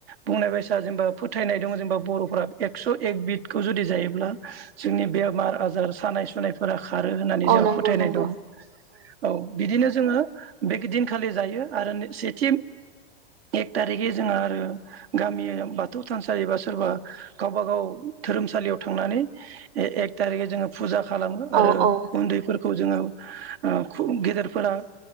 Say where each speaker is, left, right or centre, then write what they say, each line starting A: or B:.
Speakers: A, on the right (about 75°); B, on the right (about 30°).
A: बुंनाय बायसा जेनेबा फोथायनाय दङ जेनेबा बर'फोरा एकस' एक बिदखौ जुदि जायोब्ला जोंनि बेमार आजार सानाय सुनायफोरा खारो होननानै
B: औ
A: जोंहा
B: नंगौ
A: फोथायनाय
B: नंगौ
A: दं औ बिदिनो जोङो बेदिनखालि जायो आरो सेथि एक थारिखै जोंङो आरो गामि बाथौ थानसालि बा सोरबा गावबा गाव धोरोमसालियाव थांनानै एक थारिखै जोङो फुजा खालामो आरो
B: औ औ
A: उन्दैफोरखौ खौ जोङो गेदेरफोरा